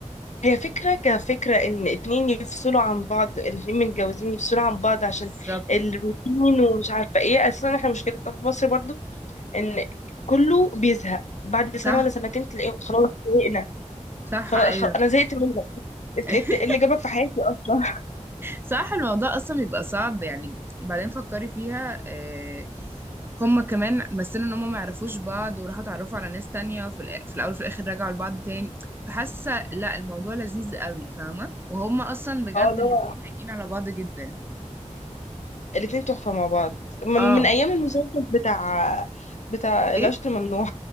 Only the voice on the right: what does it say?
بالظبط
صح
صح
ايوه
<laughs>
صح الموضوع اصلا بيبقى صعب يعني وبعدين فكري فيها آه، هما كمان مثلوا ان هما ما يعرفوش بعض وراحوا اتعرفوا على ناس تانية وفي الآ- في الاول وفي الاخر رجعوا لبعض تاني فحاسه لا الموضوع لذيذ قوي فاهمه وهما اصلا بجد
الاتنين
لايقين على بعض جدا
اه
ايه